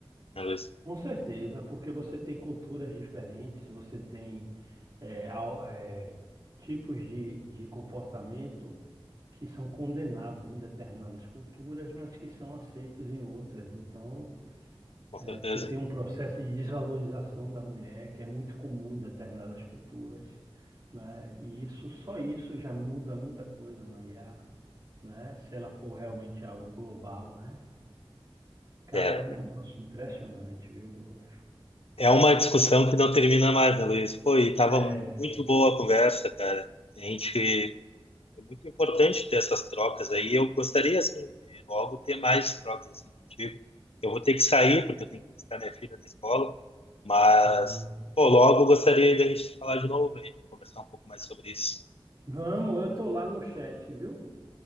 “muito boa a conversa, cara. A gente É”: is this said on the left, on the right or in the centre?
Left